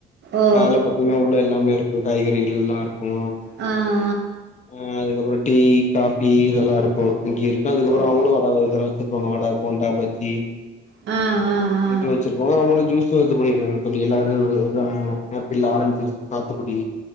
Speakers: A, on the right; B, on the left.
A: ஓ
B: அதுல பாத்தீங்ன்னா உள்ள எல்லாமே இருக்கூ காய்கறிகள் எல்லா இருக்கூ
A: ஆ
B: அ அதுக்கப்றோ டீ காஃபி இதெல்லா இருக்கூ இட்லி இருக்கூ அதுக்கப்றோ
A: ஆ ஓ
B: அவுங்களு வ த இதல்லா வச்சிருப்பாங்க வட போண்டா பஜ்ஜி
A: ஆ ஆ ஆ
B: இது வச்சிருப்பாங்க அவுங்களு ஜூஸு இது பண்ணிருக்காங்க தோழி எல்லாது ஆப்பிள் ஆரஞ்சு ஜூஸ் சாத்துக்குடி